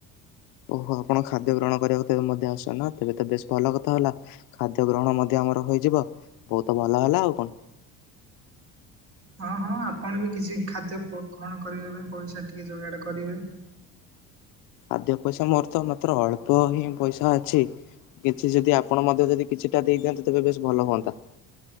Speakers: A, on the left; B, on the right.
A: ହଁ ଓହୋ ଆପଣ ଖାଦ୍ୟ ଗ୍ରହଣ କରିବାକୁ ତ ମଧ୍ୟ ଆସ ନା ତେବେ ତ ବେଶ ଭଲ କଥା ହେଲା ଖାଦ୍ୟ ଗ୍ରହଣ ମଧ୍ୟ ଆ ର ହେଇଯିବ ବହୁତ ଭଲ ହେଲା ଆଉ କଣ।
B: ହଁ ହଁ ଆପଣ ବି କିଛି ଖାଦ୍ୟ ପ କଣ କରିବା ପାଇଁ ପଇସା ଟିକିଏ ଯୋଗାଡ଼ କରିବେ।
A: ଖାଦ୍ୟ ପଇସା ମୋର ତ ମାତ୍ର ଅଳ୍ପ ହିଁ ପଇସା ଅଛି କିଛି ଯଦି ଆପଣ ମଧ୍ୟ ଯଦି କିଛିଟା ଦେଇଦିଅନ୍ତେ ତେବେ ବେଶ ଭଲ ହୁଅନ୍ତା।